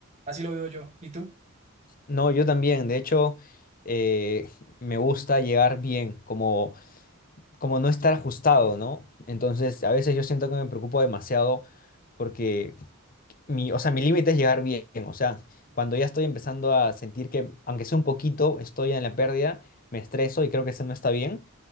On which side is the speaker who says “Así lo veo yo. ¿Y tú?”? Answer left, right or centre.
Right